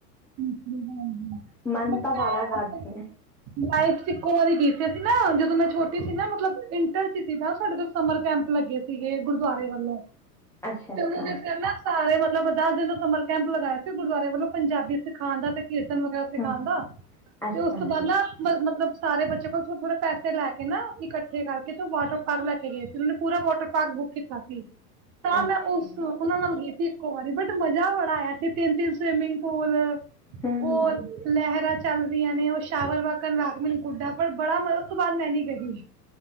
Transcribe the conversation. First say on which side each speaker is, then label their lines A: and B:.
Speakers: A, on the right; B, in the centre.
A: ਹੂੰ
B: ਮਨ ਤਾਂ ਬਾਲਾ ਕਰਦੇ ਹੈ
A: ਲਾਈਫ ਚ ਇਕੋ ਵਾਰੀ ਗੀ ਸੀ, ਨਾ ਜਦੋਂ ਮੈਂ ਛੋਟੀ ਸੀ, ਨਾ ਮਤਲਬ ਇੰਟਰ ਚ ਹੀ ਸੀ ਨਾ ਸਾਡੇ ਤੋਂ, ਸਮਰ ਕੈਂਪ ਲੱਗੇ ਸੀਗੇ ਗੁਰਦੁਆਰੇ ਵੱਲੋਂ,
B: ਅੱਛਾ
A: ਤੇ
B: ਅੱਛਾ
A: ਉਹਨਾਂ ਨੇ ਫੇਰ ਨਾ ਸਾਰੇ ਮਤਲਬ ਦਸ ਦਿਨ ਸਮਰ ਕੈਂਪ ਲਗਾਏ। ਗੁਰਦੁਆਰੇ ਵੱਲੋਂ ਪੰਜਾਬੀ ਸਿਖਾਣ ਦਾ ਤੇ ਕੀਰਤਨ ਵਗੈਰਾ ਸਿਖਾਣ
B: ਹਮ
A: ਦਾ,
B: ਅੱਛਾ
A: ਤੇ ਓਸ ਤੋਂ ਬਾਦ
B: ਜੀ
A: ਨਾ ਬ ਮਤਲਬ ਸਾਰੇ ਬੱਚੇ ਕੋਲ ਥੋ-ਥੋ ਪੈਸੇ ਲੈ ਕੇ ਨਾ ਇਕੱਠੇ, ਕਰਕੇ ਤੇ ਓ ਵਾਟਰ ਪਾਰਕ ਲੈ ਕੇ ਗਏ ਸੀ। ਓਨਾ ਪੂਰਾ ਵਾਟਰ ਪਾਰਕ ਬੁੱਕ ਕੀਤਾ ਸੀ, ਤਾਂ
B: ਅੱਛਾ
A: ਮੈਂ ਉਸ ਓਨਾਂ ਨਾਲ ਗੀ ਸੀ। ਬਟ ਮਜ਼ਾ ਵੜਾ ਆਇਆ ਸੀ ਤਿੰਨ- ਤਿੰਨ ਸਵਿਮਿੰਗ ਪੂਲ,
B: ਹਮ
A: ਹੋਰ
B: ਹਮ
A: ਲਹਿਰਾਂ ਚੱਲ ਰਹੀਆਂ ਨੇ ਓ ਸ਼ਾਵਰ ਵਕ ਰਾਗਮਨ ਗੁਡਾ ਪਰ ਬੜਾ ਮ ਉਸ ਤੋਂ ਬਾਦ ਮੈਂ ਨੀ ਗਈ।